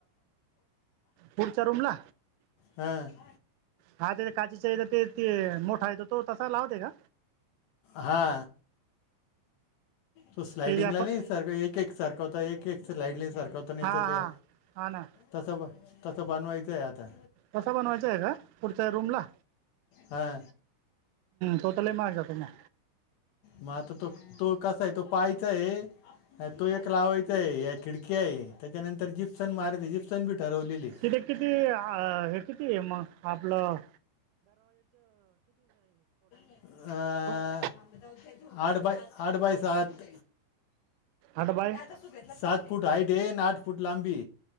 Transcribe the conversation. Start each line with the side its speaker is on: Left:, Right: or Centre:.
Right: पुढच्या रूमला
Left: हम <inaudible>
Right: हा ते काचेचा ते ते मोठा येतो तो तसा लावते का.
Left: हा. तो स्लाइडिंगला
Right: ते जे आपण
Left: सार एक एक सारखा होता एक एक स्लाइड ला सारखा हो. ता नाहीेत
Right: हा
Left: ते
Right: हा हा ना
Left: तसं ब तसं बनवायचं आहे आता.
Right: कसा बनवायचा आहे का ला.
Left: हा.
Right: तो तर लय महाग जातो मग.
Left: मग आता तो तो कसा आहे तो पाहायचा आहे. तो एक लावायचा आहे या खिडकी आहे त्याच्यानंतर जिप्सन मारत जिप्सन बी ठरवलेली.
Right: तिथे किती अ हे किती आहे मग आपलं,
Left: अं,
Right: <inaudible>
Left: आठ बाय आठ बाय सात.
Right: आठ बाय.
Left: आता सात फूट हाईट येन आठ फूट लांबी.